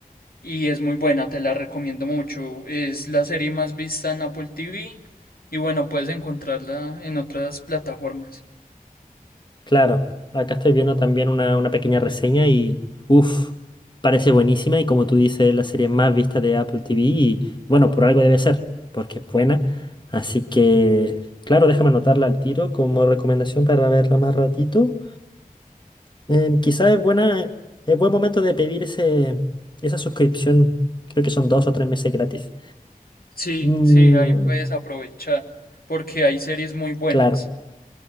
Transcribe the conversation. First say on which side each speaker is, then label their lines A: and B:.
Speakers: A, on the left; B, on the left.
A: Y es muy buena, te la recomiendo mucho. Es la serie más vista en Apple TV. Y bueno, puedes encontrarla en otras plataformas.
B: Claro, acá estoy viendo también una, una pequeña reseña y, uff, parece buenísima y como tú dices, es la serie más vista de Apple TV y bueno, por algo debe ser, porque es buena. Así que, claro, déjame anotarla al tiro como recomendación para verla más ratito. Em, quizás es buena, es buen momento de pedir ese, esa suscripción, creo que son dos o tres meses gratis.
A: Sí,
B: Mm,
A: sí, ahí puedes aprovechar. Porque hay series muy buenas.
B: claro,